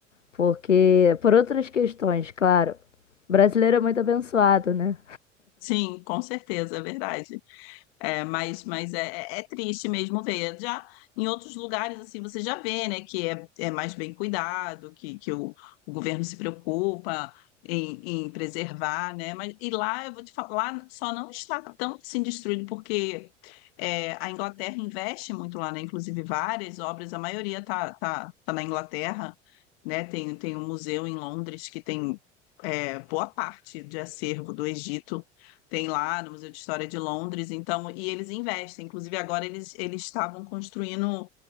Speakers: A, on the left; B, on the left.
A: Porque, por outras questões, claro. Brasileiro é muito abençoado, né?
B: Sim, com certeza, é verdade. É, mas, mas é, é é triste mesmo ver. Já em outros lugares, assim, você já vê, né, que é, é mais bem cuidado, que, que o, o governo se preocupa em, em preservar, né? Mas, e lá, eu vou te falar, lá só não está tão assim destruído, porque é, a Inglaterra investe muito lá, né? Inclusive várias obras, a maioria tá, tá, tá na Inglaterra, né? Tem, tem um museu em Londres que tem é, boa parte de acervo do Egito tem lá no Museu de História de Londres, então, e eles investem. Inclusive, agora eles, eles estavam construindo